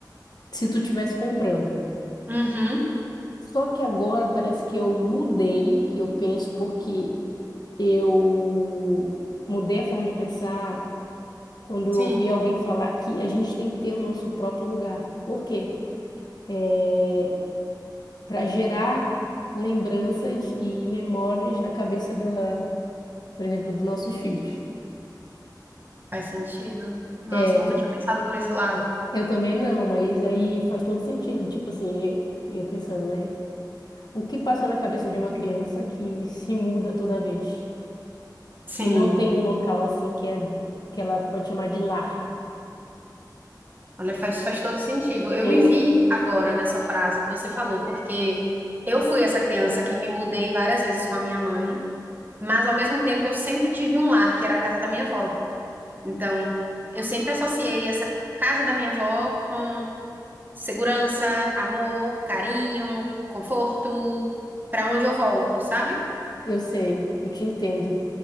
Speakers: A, on the left (about 65°); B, on the right (about 25°).
A: se tu tivesse comprando.
B: Uhum.
A: Só que agora parece que eu mudei o que eu penso, porque eu mudei a forma de pensar quando eu
B: Sim,
A: ouvi alguém falar que a gente tem que ter o nosso próprio lugar. Por quê? É, para gerar lembranças e memórias na cabeça da, por exemplo, dos nossos filhos.
B: faz sentido. Nossa,
A: É,
B: eu nunca tinha pensado por esse lado.
A: eu também não, mas aí faz todo sentido. Tipo assim, eu eu pensando, né? O que passa na cabeça de uma criança que se muda toda vez?
B: Sim,
A: e não tem um local assim que é que ela pode chamar de lar.
B: olha, faz, faz todo sentido. Eu
A: Eu
B: me vi agora nessa frase que você falou, porque eu fui essa criança que me mudei várias vezes com a minha mãe, mas ao mesmo tempo eu sempre tive um lar, que era a casa da minha avó. Então, eu sempre associei essa casa da minha avó com segurança, amor, carinho, conforto, para onde eu volto, sabe?
A: eu sei, eu te entendo.